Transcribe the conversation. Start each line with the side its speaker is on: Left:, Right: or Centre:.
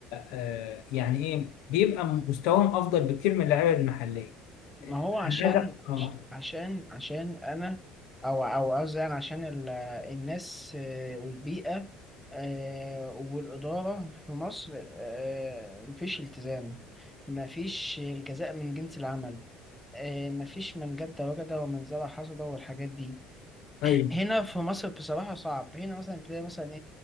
Left: آه، يعني ايه بيبقى مستواهم افضل بكتير من اللعيبه المحليه
Centre: ما
Left: آه،
Centre: هو عشان
Left: أنا عايز أ- اه
Centre: عشان عشان انا او او قصدي يعني عشان ال- الناس آه، والبيئة آه، والإدارة في مصر آه، مفيش التزام مفيش الجزاء من جنس العمل آه، مفيش من جد وجد ومن زرع حصد والحاجات دي
Left: ايوه
Centre: هنا في مصر بصراحة صعب هنا مثلا تلاقي مثلا